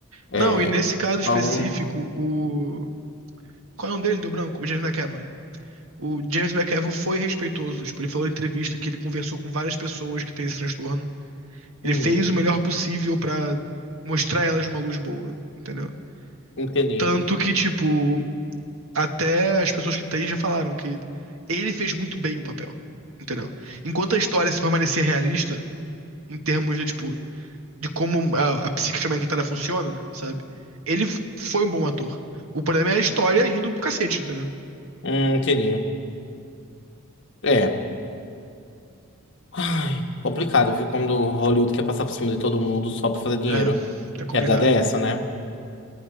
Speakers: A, on the left; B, on the right.
A: É,
B: Não, e nesse caso específico,
A: então,
B: o. Qual é o nome dele? Deu branco? O James McAvoy. O James McAvoy foi respeitoso. Tipo, ele falou em entrevista que ele conversou com várias pessoas que têm esse transtorno. Ele
A: uhum,
B: fez o melhor possível pra mostrar elas uma luz boa, entendeu?
A: entendi.
B: Tanto que, tipo, até as pessoas que têm já falaram que ele fez muito bem o papel, entendeu? Enquanto a história se permanecer realista, em termos de, tipo, de como a, a psique fragmentada funciona, sabe? Ele f- foi um bom ator. O problema é a história indo pro cacete, entendeu?
A: Hum, entendi. É. Ai, complicado, viu? Como do Hollywood quer passar por cima de todo mundo só pra fazer dinheiro.
B: É, é complicado.
A: Que a verdade é essa, né?